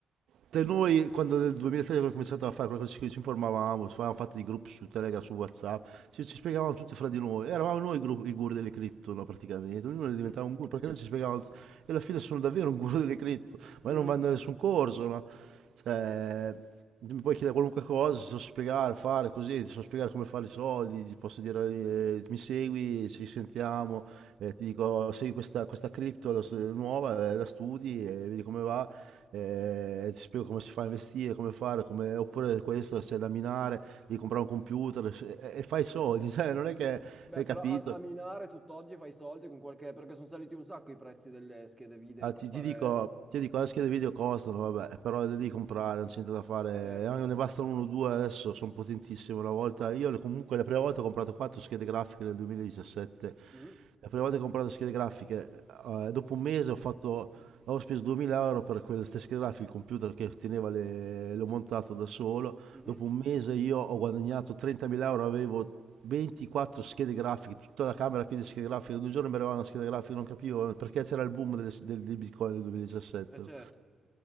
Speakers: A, on the right; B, in the centre.
A: Cioè, noi quando nel 2003 abbiamo cominciato a fare qualcosa ci, ci informavamo, avevamo fatto dei gruppi su Telegram, su WhatsApp, ci, ci spiegavamo tutti fra di noi, eravamo noi i, gru- i guru delle cripto no, praticamente, ognuno
B: Mhm.
A: diventava un guru perché noi ci spiegavamo tutto. e alla fine sono davvero un guru delle cripto,
B: <laughs> Mhm.
A: ma io non vanno a nessun corso, no? Cioè, mi puoi chiedere qualunque cosa, ti so spiegare, fare così, ti so spiegare come fare i soldi, ti posso dire eh, mi segui, ci sentiamo, eh, ti dico segui questa, questa cripto la s- nuova, eh, la studi e vedi come va, eh, ti spiego come si fa a investire, come fare, come- oppure questo c'è da minare, devi comprare un computer e, e fai soldi, <laughs> cioè, non è che
B: Beh,
A: hai
B: però
A: capito.
B: a, a minare tutt'oggi fai soldi con qualche... perché sono saliti un sacco i prezzi delle schede video
A: Ah,
B: per
A: ti,
B: fare...
A: ti dico, ti dico, le schede video costano, vabbè, però le devi comprare, non c'è niente da fare.
B: Certo.
A: Eh, Anche ne bastano uno o due adesso, sono potentissime. Una volta, io le- comunque la prima volta ho comprato quattro schede grafiche nel 2017.
B: Mhm.
A: La prima volta che ho comprato schede grafiche, eh, dopo un mese ho fatto, ho speso 2000 euro per quelle stesse schede grafiche, il computer che teneva le, l'ho montato da solo
B: Mhm.
A: dopo un mese io ho guadagnato 30.000 euro, avevo 24 schede grafiche, tutta la camera piena di schede grafiche, ogni giorno mi arrivava una scheda grafica, non capivo perché c'era il boom delle- del, del Bitcoin nel 2017.
B: Eh, certo.